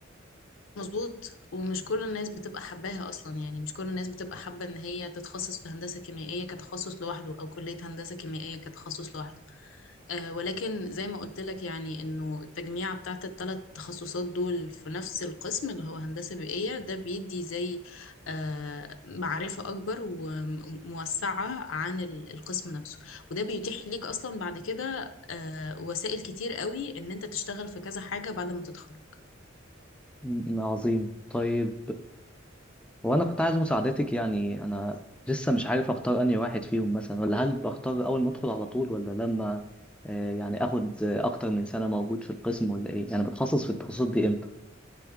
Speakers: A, on the left; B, in the centre.
A: مظبوط ومش كل الناس بتبقى حباها اصلا يعني مش كل الناس بتبقى حابه ان هي تتخصص في هندسه كيميائيه كتخصص لوحده او كليه هندسه كيميائيه كتخصص لوحده أه ولكن زي ما قلت لك يعني انه التجميعه بتاعت الثلاث تخصصات دول في نفس القسم اللي هو هندسه بيئيه ده بيدي زي أه معرفه اكبر وموسعه عن ال- القسم نفسه وده بيتيح ليك اصلا بعد كده أه وسائل كتير قوي ان انت تشتغل في كذا حاجه بعد ما تتخرج
B: م- م- عظيم طيب وانا كنت عايز مساعدتك يعني انا لسه مش عارف اختار انهي واحد فيهم مثلا ولا هل بختار اول ما ادخل على طول ولا لما آه، يعني اخد آه، اكتر من سنة موجود في القسم ولا ايه يعني بتخصص في التخصصات دي امتى